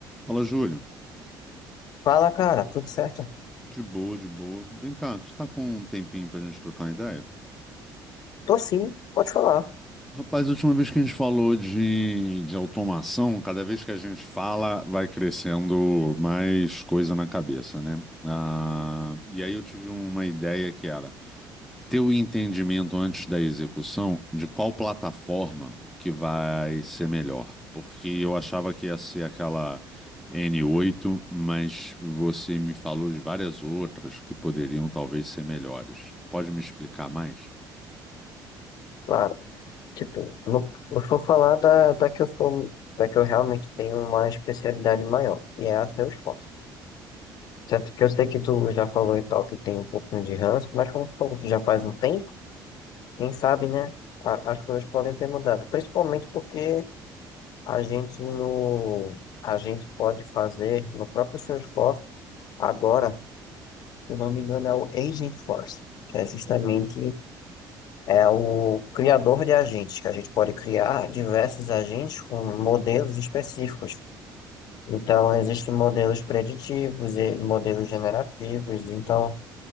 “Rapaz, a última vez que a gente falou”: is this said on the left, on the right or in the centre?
Centre